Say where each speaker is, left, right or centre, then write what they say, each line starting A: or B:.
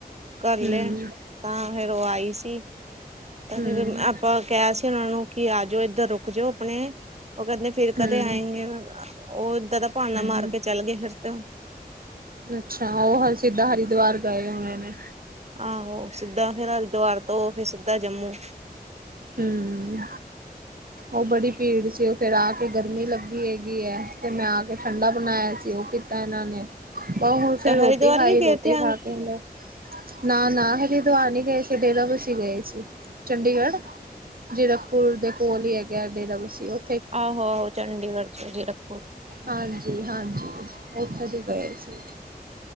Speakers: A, on the right; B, on the right.
A: ਕਰ ਲਏ
B: ਹੂੰ
A: ਤਾਂ ਫੇਰ ਉਹ ਆਈ ਸੀ ਤਾਂ
B: ਹੂੰ
A: ਫਿਰ ਆਪਾਂ ਕਿਹਾ ਸੀ ਉਹਨਾਂ ਨੂੰ ਕਿ ਆ ਜਾਓ ਇੱਧਰ ਰੁਕ ਜਾਓ ਆਪਣੇ ਉਹ ਕਹਿੰਦੇ ਫਿਰ ਕਦੇ
B: ਹੂੰ
A: ਆਏਗੇ ਉਹ ਏਦਾਂ ਦਾ ਬਹਾਨਾ ਮਾਰ
B: ਹੂੰ
A: ਕੇ ਚੱਲ ਗਏ ਫਿਰ ਤੋਂ
B: ਅੱਛਾ ਉਹ ਹਰ ਸਿੱਧਾ ਹਰਿਦੁਵਾਰ ਗਏ ਹੋਣੇ ਨੇ
A: ਆਹੋ ਸਿੱਧਾ ਫੇਰ ਹਰਿਦਵਾਰ ਤੋਂ ਫਿਰ ਸਿੱਧਾ ਜੰਮੂ
B: ਹਮ ਉਹ ਬੜੀ ਭੀੜ ਸੀ ਉਹ ਫੇਰ ਆ ਕੇ ਗਰਮੀ ਲੱਗੀ ਹੈਗੀ ਹੈ ਤੇ ਮੈਂ ਆ ਕੇ ਠੰਡਾ ਬਣਾਇਆ ਸੀ ਕੀਤਾ ਇਹਨਾਂ ਨੇ ਪਰ ਹੁਣ
A: ਤਾਂ
B: ਫੇਰ ਰੋਟੀ
A: ਹਰਿਦੁਆਰ
B: ਖਾਈ
A: ਵੀ ਗਏ
B: ਰੋਟੀ
A: ਥੇ
B: ਖਾ
A: ਆਹੋ
B: ਕੇ ਹ ਨਾ ਨਾ ਹਰਿਦਵਾਰ ਨਹੀਂ ਗਏ ਸੀ ਡੇਰਾ ਬਸੀ ਗਏ ਸੀ ਚੰਡੀਗੜ੍ਹ ਜੀਰਕਪੁਰ ਦੇ ਕੋਲ ਹੀ ਹੈਗਾ ਡੇਰਾ ਬਸੀ ਉਹ
A: ਆਹੋ -ਆਹੋ ਚੰਡੀਗੜ੍ਹ ਚ ਜੀਰਕਪੁਰ
B: ਹਾਂਜੀ ਹਾਂਜੀ ਉਥੇ ਦੀ ਗਏ ਸੀ